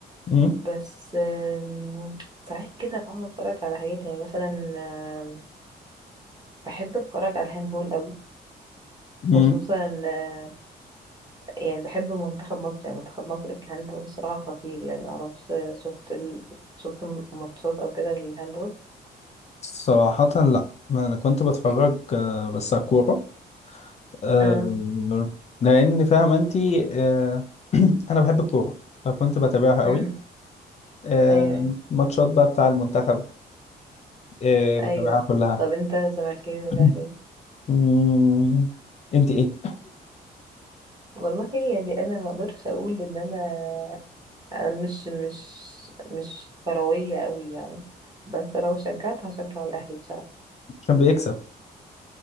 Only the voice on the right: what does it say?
بس آم، ساعات كده بقعد اتفرج على حاجات يعني مثلا آم، بحب اتفرج على الهاندبول قوي
خصوصا آه، يعني بحب منتخب مصر يعني منتخب مصر في الهاندبول الصراحة خطير يعني معرفش آه، شفت ال... شفت م- ماتشات او كده للهاندبول
آه.
أمم،
ايوه ايوه
ايوه
طب انت زملكاوي ولا
اهلاوي
والله يعني انا ما اقدرش اقول ان انا أنا مش مش مش كروية قوي يعني بس لو شجعت هشجع الأهلي بصراحة